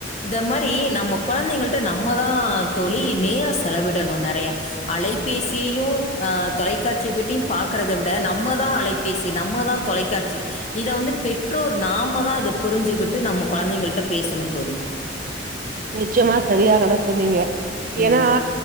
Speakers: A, on the left; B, on the right.
A: இத மாரி நம்ம கொழந்தைங்கள் ட்ட நம்ம தா தோழி நேரோ செலவிடனு நறையா அலைபேசியையு ஆ தொலைக்காட்சி பெட்டியு பாக்கறத விட நம்ம தா அலைபேசி நம்ம தா தொலைக்காட்சி இத வந்து பெற்றோர் நாம தா இத புரிஞ்சுகிட்டு நம்ம கொழந்தைகள்ட்ட பேசணு தோழி
B: நிச்சயமா சரியாகதா சொன்னீங்க
A: ம்
B: ஏனா